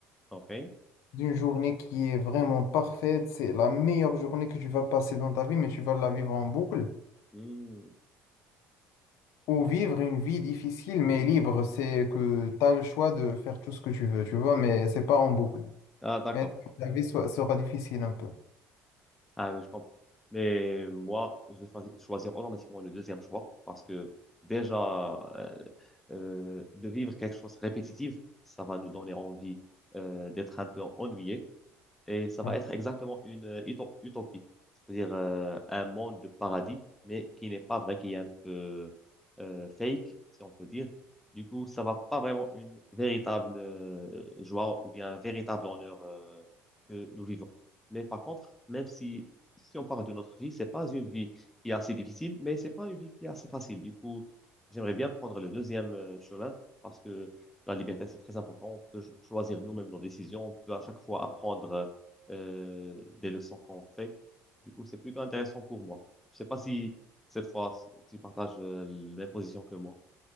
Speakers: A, in the centre; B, on the left (about 75°).
A: OK.
B: d'une journée qui est vraiment parfaite, c'est la meilleure journée que tu vas passer dans ta vie, mais tu vas la vivre en boucle,
A: Hmm.
B: ou vivre une vie difficile mais libre, c'est que tu as le choix de faire tout ce que tu veux, tu vois, mais c'est pas en boucle.
A: Ah, d'accord.
B: Mais la vie so- sera difficile un peu.
A: Ah oui, je comprends. Mais moi, je vais choisi- choisir automatiquement le deuxième choix parce que déjà, euh, euh, de vivre quelque chose de répétitif, ça va nous donner envie euh, d'être un peu ennuyé. Et ça
B: Ouais.
A: va être exactement une euh, uto- utopie, c'est-à-dire euh, un monde de paradis, mais qui n'est pas vrai, qui est un peu euh, fake, si on peut dire. Du coup, ça va pas vraiment une véritable euh, joie ou bien un véritable honneur euh, que nous vivons. Mais par contre, même si si on parle de notre vie, c'est pas une vie qui est assez difficile, mais c'est pas une vie qui est assez facile. Du coup, j'aimerais bien prendre le deuxième euh, chemin parce que la liberté, c'est très important. On peut cho- choisir nous-mêmes nos décisions. On peut à chaque fois apprendre. euh, euh, des leçons qu'on fait. Du coup, c'est plutôt intéressant pour moi. Je sais pas si cette fois, tu partages euh, la même position que moi.